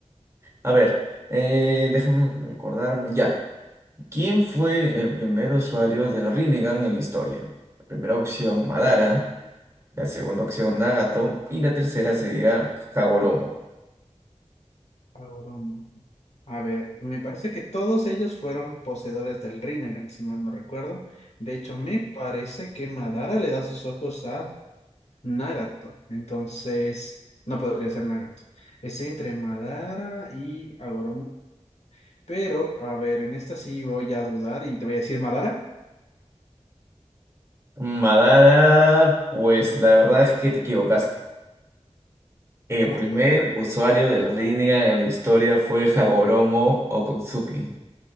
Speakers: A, on the right; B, on the left.
A: A ver, eh, déjame acordarme, ya. ¿Quién fue el primer usuario del Rinnegan en la historia? La primera opción,
B: Ah,
A: Madara. La segunda opción, Nagato. Y la tercera sería Hagoromo.
B: Agoromo. A ver, me parece que todos ellos fueron poseedores del Rinnegan, si mal no recuerdo. De hecho, me parece que Madara le da sus ojos a Nagato. Entonces, no podría ser Nagato. Estoy entre Madara y Agoromo. Pero, a ver, en esta sí voy a dudar y te voy a decir Madara.
A: Madara, pues la verdad es que te equivocaste. El
B: No, no
A: primer
B: te puedo creer.
A: usuario del Rinnegan en la historia fue Hagoromo Okatsuki.